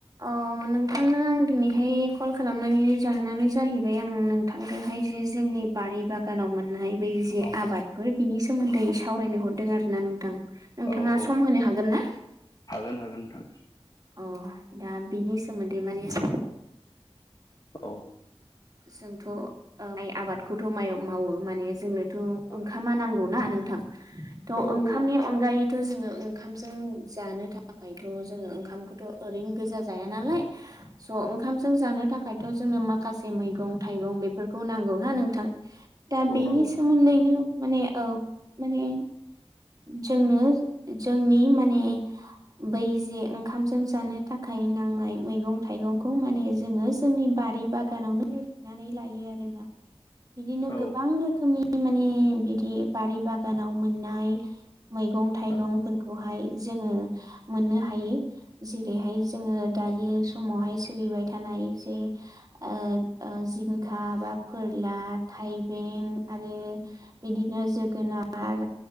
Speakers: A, on the right; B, on the left.
A: अ नोंथांनो आं दिनैहाय कल खालामनानै जाहोनानै जाहैबाय आं नों थांदोंहाय जे जोंनि बारि बागानाव मोननाय बे जे
B: औ
A: आबादफोर बिनि सोमोन्दै सावरायनो हरदों आरो ना नोंथां नोंथाङा
B: औ औ
A: सम होनो हागोन ना
B: हागोन हागोन नोंथां
A: अ दा बिनि सोमोन्दै माने जों
B: औ
A: जोंथ' माइ आबादखौथ' मावो माने जोंनोथ'
B: औ
A: ओंखामा नांगौ ना नोंथां थ'
B: औ
A: ओंखामनि
B: औ
A: अनगायै थ' जोङो ओंखामजों जानो थाखायथ' जोङो ओंखामखौथ' ओरैनो गोजा जाया नालाय स'ओंखामजों जानो थाखायथ' जोंङनो माखासे मैगं थाइगं बे बेफोरखौ नांगौना नोंथां दा
B: औ
A: बेनि
B: नांगौ नोंथां
A: सोमोन्दैनो माने ओ माने जोंनो जोंनि माने बै जे ओंखामजों जानो थाखाय नांनाय मैगं थाइगंखौ माने जोङो जोंनि बारि बागानावनो बुथुमनानै लायो आरो ना बिदिनो
B: औ
A: गोबां रोखोमनि माने बिदि बारि बागानाव मोननाय मैगं थाइगंफोरखौहाय
B: औ
A: जोङो मोननो हायो जेरैहाय जोङो दायो
B: औ
A: समावहाय सोलिबाय थानाय जे ओ ओ जि खा बा फोरला थाइबें आरो बिदिनो जोगोना नार